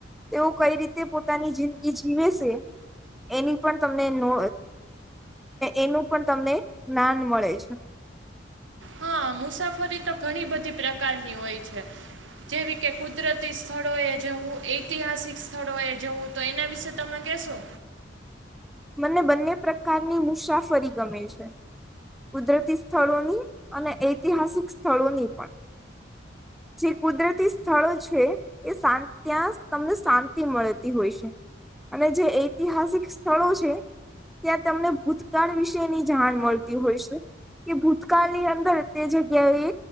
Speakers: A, in the centre; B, on the right (about 85°).
A: તેઓ કઈ રીતે પોતાની જિંદગી જીવે છે? એની પણ તમને નો એનું પણ તમને જ્ઞાન મળે છે.
B: હા મુસાફરી તો ઘણી બધી પ્રકારની હોય છે. જેવી કે કુદરતી સ્થળોએ જવું ઐતિહાસિક સ્થળો એ જવું તો એના વિશે તમે કેશો.
A: મને બંને પ્રકારની મુસાફરી ગમે છે. કુદરતી સ્થળોની અને ઐતિહાસિક સ્થળોની પણ. જે કુદરતી સ્થળો છે. એ શાંત ત્યાં તમને શાંતિ મળતી હોય છે. અને જે ઐતિહાસિક સ્થળો છે. છે ત્યાં તમને ભૂતકાળ વિશે ની જાણ મળતી હોય છે. કે ભૂતકાળની અંદર તે જગ્યાએ